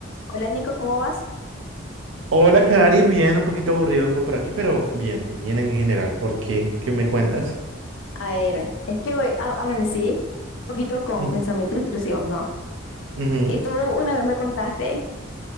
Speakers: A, on the left (about 80°); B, on the right (about 80°).
A: Hola Nico, ¿cómo vas?
B: Hola, Cari, bien, un poquito aburridongo por aquí, pero bien, bien en general. ¿Por qué? ¿Qué me cuentas?
A: A ver, es que hoy a- amanecí un poquito con
B: Mm,
A: pensamientos intrusivos, ¿no?
B: ujú.
A: Y tú una vez me contaste